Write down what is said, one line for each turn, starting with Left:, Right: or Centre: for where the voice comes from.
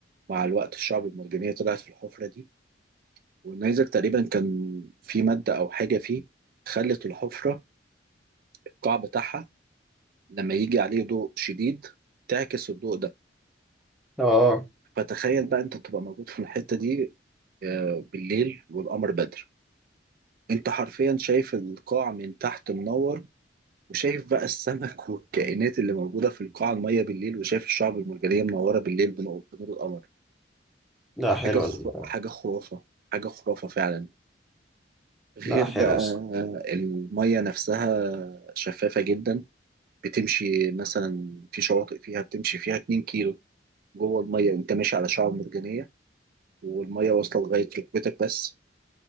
Right: مع الوقت الشعب المرجانية طلعت في الحفرة دي والنيزك تقريبا كان في مادة أو حاجة فيه خلت الحفرة القاع بتاعها لما يجي عليه ضوء شديد تعكس الضوء ده
Centre: اه
Right: فتخيل بقى أنت تبقى موجود في الحتة دي آه، بالليل والقمر بدر أنت حرفيا شايف القاع من تحت منور وشايف بقى السمك <laughs> والكائنات اللي موجودة في القاع المية بالليل وشايف الشعب المرجانية منورة بالليل بنور بنور القمر
Centre: لا حلوه
Right: حاجة خر... حاجة خرافة حاجة خرافة فعلا غير
Centre: لا حلوه
Right: بقى آه، المية نفسها شفافة جدا بتمشي مثلا في شواطئ فيها بتمشي فيها 2 كيلو جوه المية انت ماشي على شعاب مرجانية والمية واصلة لغاية ركبتك بس